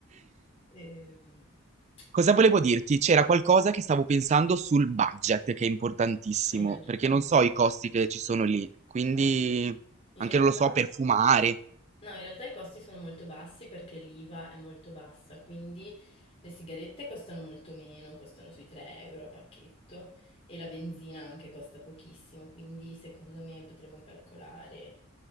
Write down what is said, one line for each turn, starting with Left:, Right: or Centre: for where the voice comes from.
Left: Ehm,
Right: Cosa
Left: E,
Right: volevo dirti? C'era qualcosa che stavo pensando sul budget, che è importantissimo,
Left: Hai ragione.
Right: perché non so i costi che ci sono lì, quindi
Left: Eh, In
Right: anche
Left: realtà,
Right: non lo so, per fumare,
Left: no, in realtà i costi sono molto bassi perché l'IVA è molto bassa, quindi le sigarette costano molto meno, costano sui 3 euro a pacchetto e la benzina anche costa pochissimo, quindi secondo me potremmo calcolare